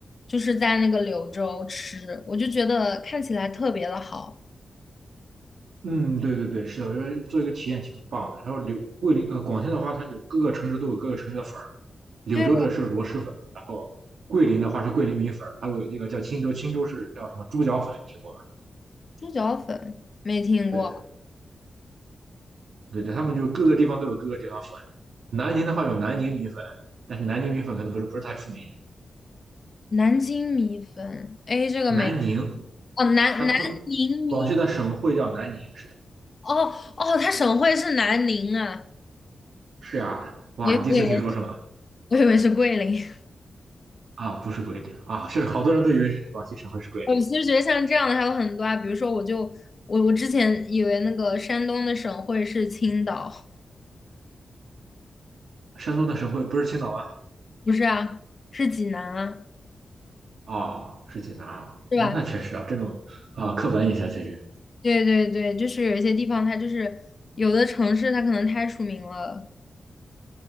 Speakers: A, on the left; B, on the right.
A: 就是在那个柳州吃，我就觉得看起来特别的好。
B: 嗯，对对对，是的，我觉得做一个体验挺棒的。然后柳桂林呃，广西的话，它有各个城市都有各个城市的粉儿，柳州的是螺蛳粉，
A: 对，
B: 然后桂林的话是桂林米粉儿还有一个叫钦州，钦州是叫什么猪脚粉，你听过吗？
A: 猪脚粉没听过，
B: 对对对，他们就各个地方都有各个地方粉。南宁的话有南宁米粉，但是南宁米粉可能不是不是太出名。
A: 南京米粉，哎，这个没，
B: 南宁，
A: 哦，南南宁米，
B: 它它广西的省会叫南宁，是的
A: 哦哦，它省会是南宁啊，
B: 是啊，哇，
A: 我以
B: 你第一次听说是吗？
A: 我以为我以为是桂林。<laughs>
B: 啊，不是桂林啊，是好多人都以为是广西省会是桂林，
A: 我其实觉得像这样的还有很多啊，比如说我就我我之前以为那个山东的省会是青岛，
B: 山东的省会不是青岛吗？
A: 不是啊，是济南啊。
B: 哦，是济南啊，
A: 是吧？
B: 那那确实啊，这种啊刻板印象确实，
A: 对对对，就是有一些地方，它就是有的城市，它可能太出名了。